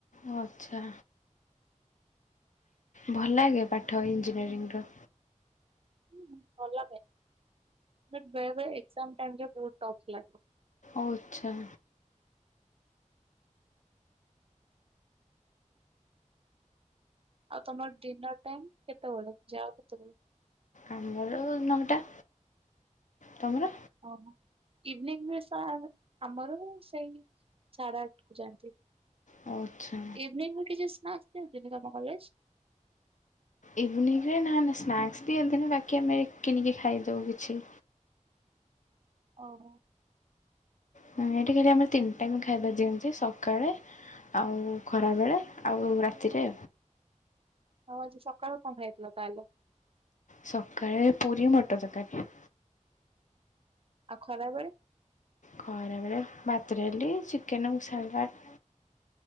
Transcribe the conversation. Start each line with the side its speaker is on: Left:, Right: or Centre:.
Left: ଓ ଆଛା। ଭଲ ଲାଗେ ପାଠ ଇଞ୍ଜିନିୟରିଂର?
Right: ହୁଁ ଭଲ ଲାଗେ? ବଟ ବଳେ ବେଳେ ଏକ୍ଜାମ ଟାଇମରେ ବହୁତ ଟପ୍ ଲାଗେ।
Left: ଓ୍ ଆଛା।
Right: ଆଉ ତମର ଡିନର ଟାଇମ କେତେବେଳେ ଯାଅ କେତେବେଳେ?
Left: ଆମର ନଅଟା। ତମର?
Right: ଓ ହୋ ଇଭିନିଙ୍ଗରେ ସା ଆମର ସେଇ ସାଢେ ଆଠକୁ ଯାଆନ୍ତି
Left: ଓ ଆଚ୍ଛା।
Right: ଇଭିନିଙ୍ଗରେ କିଛି ସ୍ନାକ୍ସ ଦିଅନ୍ତିନି ତମ କଲେଜ?
Left: ଇଭିନିଙ୍ଗରେ ନା ନା ସ୍ନାକ୍ସ ଦିଅନ୍ତିନି ବାକି ଆମେ କିଣିକି ଖାଇଦଉ କିଛି।
Right: ଓ ହୋ।
Left: ହଁ ଏଇଠି ଖାଲି ଆମର ତିନି ଟାଇମ ଖାଇବା ଦିଅନ୍ତି ସକାଳେ ଆଉ ଖରାବେଳେ ଆଉ ରାତିରେ।
Right: ଆଉ ଆଜି ସକାଳେ କଣ ଖାଇଥିଲ ତାହେଲେ?
Left: ସକାଳେ ପୁରୀ ମଟର ତରକାରୀ।
Right: ଆଉ ଖରାବେଳେ?
Left: ଖରାବେଳେ ଭାତ ଡାଲି ଚିକେନ କୁ ସାଲାଟ୍।